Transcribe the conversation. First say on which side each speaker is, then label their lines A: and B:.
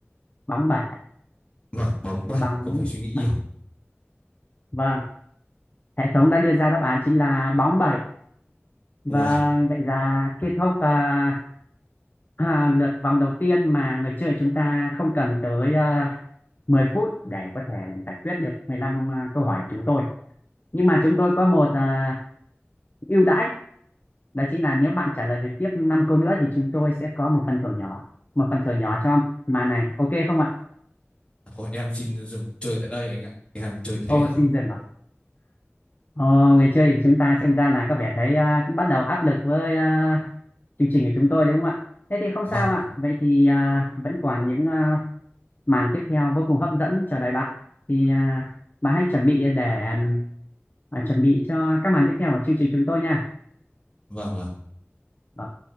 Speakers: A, on the left; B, on the left.
A: bóng bảy
B: vâng bóng bảy
A: bóng
B: không phải suy nghĩ nhiều
A: bảy vâng hệ thống đã đưa ra đáp án chính là bóng bảy Vâng,
B: Uầy,
A: vậy là kết thúc à, à, lượt vòng đầu tiên mà người chơi chúng ta không cần tới à, 10 phút để có thể giải quyết được 15 à, câu hỏi của chúng tôi. Nhưng mà chúng tôi có một à, ưu đãi, đó chính là nếu bạn trả lời được tiếp 5 câu nữa thì chúng tôi sẽ có một phần thưởng nhỏ, một phần thưởng nhỏ cho màn này. Ok không ạ?
B: thôi em xin dừng cuộc chơi tại đây anh ạ em chơi thế
A: Ô,
B: thôi
A: xin dừng ạ. Ờ, người chơi của chúng ta xem ra là có vẻ thấy à, cũng bắt đầu áp lực với à, chương trình của chúng tôi đúng không ạ? Thế thì không
B: vâng
A: sao ạ. Vậy thì à, vẫn còn những à, màn tiếp theo vô cùng hấp dẫn chờ đợi bạn. Thì à, bạn hãy chuẩn bị để à, chuẩn bị cho các màn tiếp theo của chương trình chúng tôi nha.
B: vâng vâng
A: Vâng.